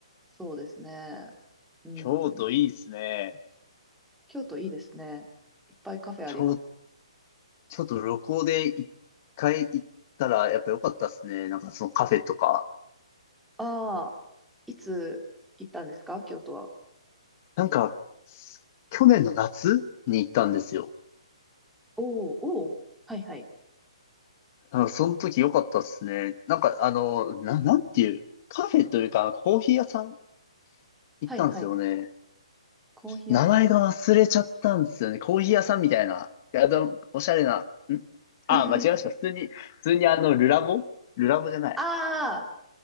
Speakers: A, in the centre; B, on the left.
A: そうですね。うん、
B: 京都いいですね。
A: 京都いいですね。いっぱいカフェあります。
B: 京、京都旅行で一回行ったらやっぱ良かったですね。なんかそのカフェとか。
A: ああ、いつ行ったんですか京都は。
B: なんか、去年の夏に行ったんですよ。
A: おお、おお、はいはい。
B: あ、その時良かったっすね。なんか、あの、な、なんていう、カフェというか、コーヒー屋さん行ったんですよね。
A: はいはい。コーヒー屋さん。
B: 名前が忘れちゃったんですよね。コーヒー屋さんみたいな。いや、でもおしゃれな。んあ、
A: <laughs>
B: 間違えました。普通に、普通にあの、ルラボルラボじゃない。
A: ああ、